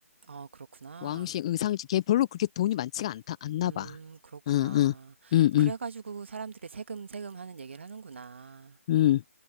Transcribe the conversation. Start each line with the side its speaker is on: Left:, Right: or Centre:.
Right: 아, 그렇구나.
Left: 왕실, 응, 상징. 걔 별로 그렇게 돈이 많지가 않다, 않나
Right: 음,
Left: 봐.
Right: 그렇구나.
Left: 응, 응, 응,
Right: 그래가지고
Left: 응,
Right: 사람들이 세금, 세금 하는 얘기를 하는구나.
Left: 응.